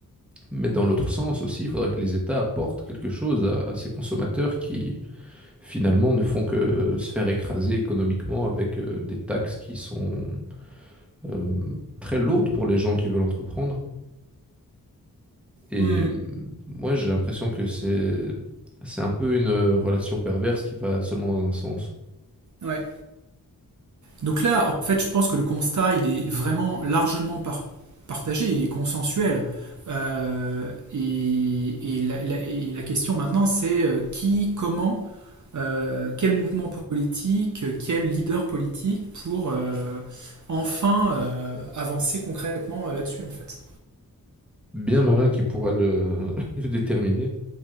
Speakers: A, in the centre; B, on the right.
A: Mais dans l'autre sens aussi, il faudrait que les États apportent quelque chose à, à ces consommateurs qui finalement ne font que se faire écraser économiquement avec euh, des taxes qui sont euh, très lourdes pour les gens qui veulent entreprendre. Et
B: Hmm,
A: euh, moi, j'ai l'impression que c'est c'est un peu une relation perverse qui va seulement dans un sens.
B: Ouais. Donc là, en fait, je pense que le constat, il est vraiment largement par- partagé, il est consensuel. Euh, et, et la, la- et la question maintenant, c'est euh, qui, comment euh, quel mouvement politique, quel leader politique pour euh, enfin euh, avancer concrètement euh, là-dessus en fait.
A: bien malin qui pourra le, <laughs> le déterminer.